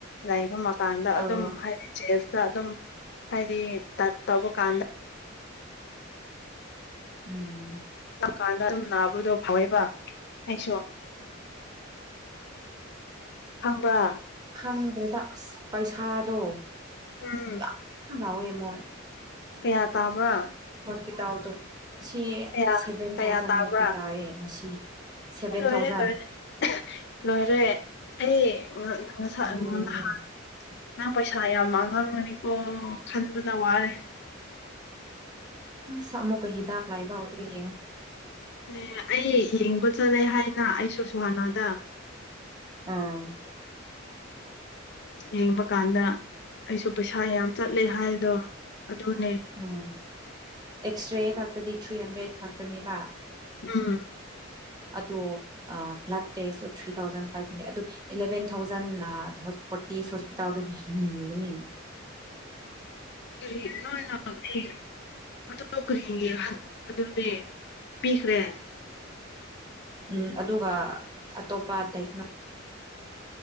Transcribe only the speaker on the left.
ꯂꯩꯕ ꯃꯀꯥꯟꯗ
ꯑꯗꯨꯝ ꯍꯥꯏ ꯆꯦꯟꯁ ꯇ ꯑꯗꯨꯝ ꯍꯥꯏꯗꯤ ꯇꯆ ꯇꯧꯕ ꯀꯥꯟꯗ
ꯀꯥꯟꯗ ꯑꯗꯨꯝ ꯅꯥꯕꯗꯣ ꯐꯥꯎꯋꯦꯕꯥ ꯑꯩꯁꯨ ꯈꯪꯕ꯭ꯔꯥ
ꯎꯝ
ꯀꯌꯥ ꯇꯥꯕ꯭ꯔꯥ
ꯀꯌꯥ
ꯀꯌꯥ
ꯇꯥꯕ꯭ꯔꯥ
ꯂꯣꯏꯔꯦ
ꯂꯣꯏꯔꯦ ꯂꯣꯏꯔꯦ ꯑꯩ ꯉ ꯉꯁꯥꯏ
ꯅꯍꯥꯟ ꯅꯪ ꯄꯩꯁꯥ ꯌꯥꯎ ꯃꯥꯡꯉꯝꯃꯅꯤꯀꯣ ꯈꯟꯕꯗ ꯋꯥꯔꯦ
ꯑꯦ ꯑꯩ ꯌꯦꯡꯕ ꯆꯠꯂꯦ ꯍꯥꯏꯅꯥ ꯑꯩꯁꯨ ꯁꯨꯍꯥꯅꯥꯗ
ꯌꯦꯡꯕ ꯀꯥꯟꯗ ꯑꯩꯁꯨ ꯄꯩꯁꯥ ꯌꯥꯝ ꯆꯠꯂꯦ ꯍꯥꯏꯗꯣ ꯑꯗꯨꯅꯦ
ꯎꯝ
ꯀ꯭ꯔꯤ ꯅꯣꯏꯅ ꯀ꯭ꯔꯤ ꯑꯗꯨꯒ ꯀ꯭ꯔꯤ <unintelligible> ꯑꯗꯨꯗꯤ ꯄꯤꯈ꯭ꯔꯦ